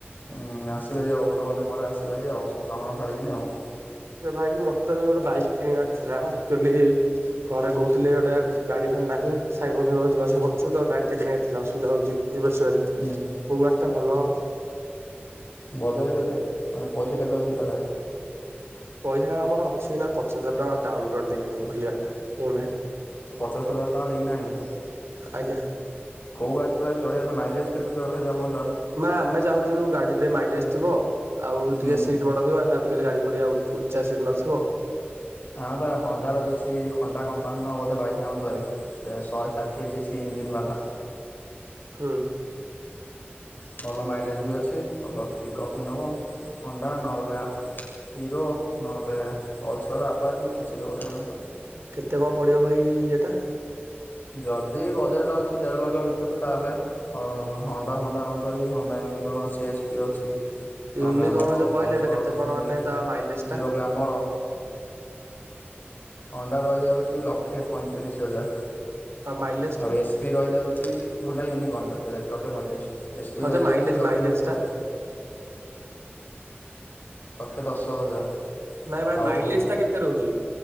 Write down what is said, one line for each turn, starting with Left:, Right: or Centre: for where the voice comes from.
Left: ଉମ୍ ଆସିପାରିବି ଆଉ ଅଧଘଣ୍ଟେ ପରେ ଆସିପାରିବି ଆଉ, ସବୁ କାମ ସାରିକିନି ଆଉ।
Right: ଆରେ ଭାଇ ମତେ ଗୋଟେ ବାଇକ୍ କିଣିବାର ଥିଲା। ଆକ୍ଚୁଆଲି ଘରେ କହୁଥିଲେ, ଗୋଟେ ଗାଡି ଫାଡି ନାହିଁ ସାଇକଲ ଫାଇକଲରେ ଯିବାଆସିବା କରୁଚୁ ତ, ଗାଡିଟେ କିଣିଆର ଥିଲା ଅସୁବିଧା ହଉଛି। ଯିବା ଆସିବାରେ।
Left: ହୁଁ
Right: କୋଉ ଗାଡ଼ିଟା ଭଲ ହବ?
Left: ବଜେଟ୍ କେତେ? ମାନେ ପଇସା କେତେ ଅଛି ପାଖରେ?
Right: ପଇସା ଆମର ଅଛି ଏଇନା ପଚାଶ ହଜାର ଟଙ୍କା ଡାଉନ ପେମଣ୍ଟ ଦେଇ ଆଣିବୁ ଖାଲି ଗାଡ଼ିଟା, ଇ ଏମ୍ ଆଇ ରେ।
Left: ସେ ପଚାଶ ହଜାର ଟଙ୍କା ଦେଇକିନା ଆଣିବେ,
Right: ଆଜ୍ଞା।
Left: କୋଉ ଗାଡି ପ୍ରାୟ ଚଳେଇବା ତା ମାଇଲେଜ୍ କେତେ <unintelligible>
Right: ମା ଆମେ ଚାହୁଁଛୁ ଗାଡିରେ ମାଇଲେଜ ଥିବ, ଆଉ
Left: ହୁଁ
Right: ଟିକେ ସିଟ୍ ବଡ ଥିବ <unintelligible> ଆଜିକାଲି ଗାଡି ଫାଡ଼ି ଆଉ ଉ-ଉଚ୍ଚା ସିଟ ନଥିବ।
Left: ହଁ ବା ହଣ୍ଡାର କିଛି, ହୋଣ୍ଡା କମ୍ପାନୀର ଗୋଟେ ବାଇକ୍ ଆଣନ୍ତୁ ହାରି, ଶହେ ଷାଠିଏ ସି ସି ଇଞ୍ଜିନ ବାଲା।
Right: ହୁଁ।
Left: ଭଲ ମାଇଲେଜ ବି ଅଛି, ଭଲ ପିକ୍ଅପ୍ ବି ନବ ହୋଣ୍ଡା, ନହେଲେ ହିରୋ, ନହଲେ ପଲସର, ଆପ ନବା ଯେ କିଛି ତ ଗୋଟେ ଆମ୍ପରେ
Right: କେତେ କଣ ପଡିବ ଭାଇ ଇଏଟା?
Left: ଯଦି ବଜେଟ ଅଛି ଦେଢ ଲକ୍ଷ ଭିତରେ ତାହେଲେ, ହୋ-ହୋଣ୍ଡା ଫଣ୍ଡା ଆଣନ୍ତ ହାରି ହୋଣ୍ଡାଇ ୟୁନିକର୍ଣ୍ଣ ଅଛି, ଏସ୍ ପି ଅଛି ନହେଲେ
Right: ୟୁନିକର୍ଣ୍ଣ
Left: ଆମର
Right: ଯୋଉ କହିଲେ
Left: ପଲସର,
Right: ଏଇଟା କେତେ
Left: ଟୁ
Right: କଣ
Left: ଟ୍ୱେଣ୍ଟି,
Right: ମାନେ ତା ମାଇଲେଜ ଟା?
Left: Hero Glamour. ହୋଣ୍ଡା ରହିଯାଉଛି ଲକ୍ଷେ ପଇଁତିରିଶ ହଜାର।
Right: ହଁ ମାଇଲେଜ ଟା
Left: ଆଉ ଏସ୍ ପି ରହିଯାଉଛି, ହୋଣ୍ଡା ୟୁନିକର୍ଣ୍ଣଟା ରହିଯାଉଛି ଲକ୍ଷେ ପଇଁତିରିଶ। ଏସ୍ ପି
Right: ହଁ
Left: ରହିଯାଉଛି
Right: ଯେ ମାଇଲେଜ
Left: ଲକ୍ଷେ
Right: ମାଇଲେଜ
Left: ଦଶ
Right: ଟା
Left: ହଜାର। ଲକ୍ଷେ ଦଶ ହଜାର।
Right: ନାଇଁ ଭାଇ
Left: ଆଉ
Right: ମାଇଲେଜ ଟା କେତେ ରହୁଛି?